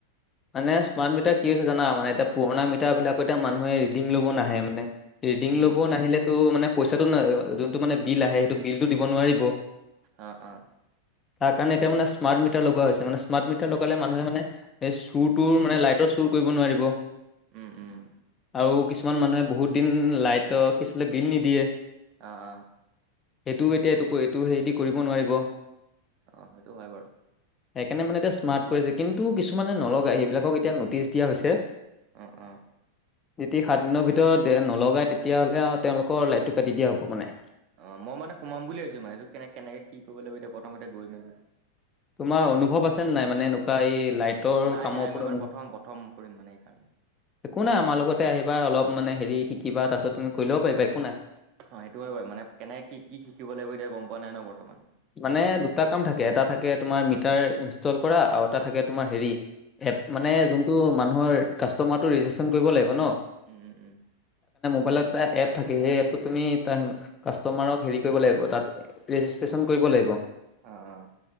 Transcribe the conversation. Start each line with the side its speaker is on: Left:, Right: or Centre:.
Left: মানে স্মাৰ্ট মিটাৰ কি আ হৈছে জানা মানে এতিয়া পুৰণা মিটাৰ বিলাকত এতিয়া মানুহে ৰিডিং ল'ব নাহে মানে- ৰিডিং
Right: উম,
Left: ল'ব নাহিলেতো মানে পইচাটো যোনটো মানে বিল আহে সেইটো বিলটো দিব নোৱাৰিব।
Right: অঁ অঁ
Left: তাৰ কাৰণে এতিয়া মানে স্মাৰ্ট মিটাৰ লগোৱা হৈছে মানে স্মাৰ্ট মিটাৰ লগালে মানুহে মানে। এই চুৰটো মানে লাইটৰ চুৰ কৰিব নোৱাৰিব
Right: উম উম।
Left: আৰু কিছুমান মানুহে বহুত দিন লাইটৰ কিছিলে বিল নিদিয়ে-
Right: আহ আহ
Left: এইটোও এতিয়া এই এইটো হেৰিদি কৰিব নোৱাৰিব
Right: অ সেইটো হয় বাৰু
Left: সেইকাৰণে মানে এতিয়া স্মাৰ্ট কৰিছে কিন্তু কিছুমানে নলগা সেইবিলাকক এতিয়া নটিচ দিয়া হৈছে
Right: অ অ
Left: যদি সাত দিনৰ ভিতৰত নলগাই তেতিয়াহ'লে আৰু তেওঁলোকৰ লাইটটো কাটি দিয়া হ'ব মানে
Right: অ মই মানে সোমাম বুলি ভাবিছোঁ মানে সটো কেনে কেনেকে কি কৰিব লাগিব এতিয়া প্ৰথমতে গৈ মেলি
Left: তোমাৰ অনুভৱ আছেনে নাই মানে এনেকুৱা এই লাইটৰ
Right: নাই
Left: কামৰ
Right: নাই
Left: ওপৰত
Right: মই মানে
Left: অনুভৱ
Right: প্ৰথম প্ৰথম কৰিম মানে এইকাৰণে
Left: একো নাই আমাৰ লগতে আহিবা অলপ মানে হেৰি শিকিবা তাৰপিছত তুমি কৰি ল'ব পাৰিবা একো নাই
Right: অ সেইটো হয় বাৰু মানে কেনে কি কি শিকিব লাগিব এতিয়া গম পোৱা নাই ন বৰ্তমান
Left: মানে দুটা কাম থাকে এটা থাকে তোমাৰ মিটাৰ ইনষ্টল কৰা আৰু এটা থাকে
Right: উম,
Left: তোমাৰ হেৰি এপ মানে যোনটো মানুহৰ কাষ্টমাৰটো ৰেজিষ্ট্ৰেশচন কৰিব লাগিব ন
Right: উম উম উম
Left: ম'বাইলত এটা এপ থাকে সেই এপটোত তুমি কাষ্টমাৰক হেৰি কৰিব লাগিব তাত ৰেজিষ্ট্ৰেশ্যন কৰিব লাগিব
Right: আহ আহ